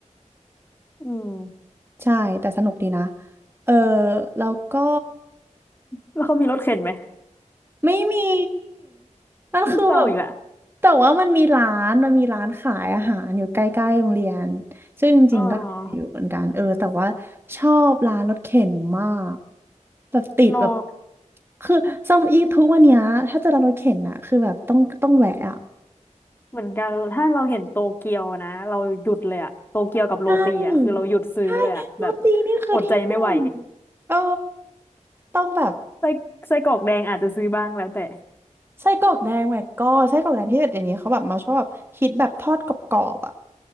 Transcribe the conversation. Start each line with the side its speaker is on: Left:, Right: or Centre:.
Left: อืม
Right: ๆใช่แต่สนุกดีนะเออแล้วก็
Left: แล้วเขามีรถเข็นไหม
Right: ไม่มีมันคือแบบ
Left: เศร้าอีกละ
Right: แต่ว่ามันมีร้านมันมีร้านขายอาหารอยู่ใกล้ๆโรงเรียนซึ่งจริงๆก็อยู่เหมือนกันเออแต่ว่า
Left: อ๋อ
Right: ชอบร้านรถเข็นมากแบบติดแบบ
Left: นอ
Right: คือสมัยทุกวันเนี้ยถ้าจะร้านรถเข็นอะคือแบบต้องต้องแวะอะ
Left: เหมือนกัน ถ้าเราเห็นโตเกียวนะ เราหยุดเลยอะโตเกียวกับโรตีอะคือเราหยุดซื้อเลยอะแบบ
Right: ใช่ใช่โรตีนี่คือที่หนึ่ง
Left: อดใจไม่ไหว
Right: เออต้องแบบ
Left: ไส้ไส้กรอกแดงอาจจะซื้อบ้างแล้วแต่
Right: ไส้กรอกแดงแหวกก้อนไส้กรอกแดงที่แบบเดี๋ยวนี้เขาแบบมาชอบแบบคิดแบบทอดกรอบๆอะ